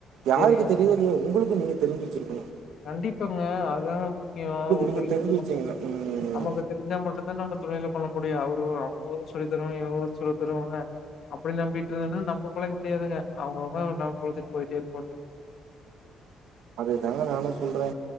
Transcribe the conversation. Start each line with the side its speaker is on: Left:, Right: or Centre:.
Right: யாருக்கு
Left: சரிங்க.
Right: தெரியிதோ இல்லியோ உங்குளுக்கு நீங்க தெரிஞ்சு வச்சிருக்கணு
Left: கண்டிப்பாங்க அதுதாங்க முக்கியோ ஒரு
Right: நீங்க
Left: தொழில்
Right: தெரிஞ்சு
Left: பண்ணக்க
Right: வச்சீங்கன்னா ம்.
Left: நமக்கு தெரிஞ்சா மட்டுந்தா நம்ம துணில பண்ண முடியு அவரு அவுங்க வது சொல்லி தருவாங்க இவுங்க வது சொல்லி தருவாங்க அப்டி நம்பிட்ருந்ததுனா நம்மகுள்ள முடியாதுங்க அவுங்கவுங்க நம்ம கொழச்சிட் போயிட்டே இருப்பாணுங்
Right: அதுதாங்க நானு சொல்றே